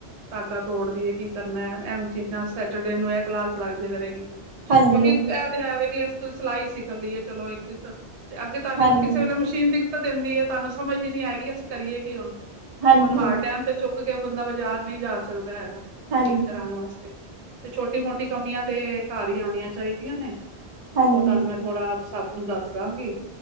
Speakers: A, on the right; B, on the right.
A: ਧਾਗਾ ਤੋੜਦੀਏ ਕੀ ਕਰਨਾ, ਐਹ ਚੀਜ਼ਾਂ ਸੈਟਰਡੇ ਨੂੰ ਕਲਾਸ ਲੱਗਜਾ ਕਰੇਗੀ, ਕਿਉਂਕਿ
B: ਹਾਂਜੀ-ਹਾਂਜੀ,
A: ਇਹ ਤਾਂ ਹੈਗਾ ਈ, ਤੁਸੀਂ ਸਿਲਾਈ ਸਿੱਖ ਲਈਏ, ਚਲੋ ਇੱਕ- ਇੱਕ ਤੁਹਾਡੀ
B: ਹਾਂਜੀ,
A: ਕਿਸੇ ਵੇਲੇ ਮਸ਼ੀਨ ਦਿੱਕਤ ਦਿੰਦੀ ਹੈ ਏ, ਤੁਹਾਨੂੰ ਸਮਝ ਹੀ ਨਹੀਂ ਆਏਗੀ, ਅਸੀਂ ਕਰੀਏ ਕੀ ਹੁਣ।
B: ਹਾਂਜੀ-ਹਾਂਜੀ,
A: ਹੁਣ ਹਰ ਟੈਮ ਤੇ ਚੁੱਕ ਕੇ ਬੰਦਾ ਬਾਜ਼ਾਰ ਨਹੀਂ ਜਾ ਸਕਦਾ ਹੈਗਾ,
B: ਹਾਂਜੀ,
A: ਠੀਕ ਕਰਾਣ ਵਾਸਤੇ। ਤੇ ਛੋਟੀ ਮੋਟੀ ਕਮੀਆਂ ਤੇ ਘਰ ਹੀ ਆਣੀਆਂ ਚਾਹੀਦੀਆਂ ਨੇ,
B: ਹਾਂਜੀ,
A: ਉਹ ਤੁਹਾਨੂੰ ਮੈਂ ਥੋੜਾ ਸਭ ਨੂੰ ਦੱਸ ਦਾਂਗੀ।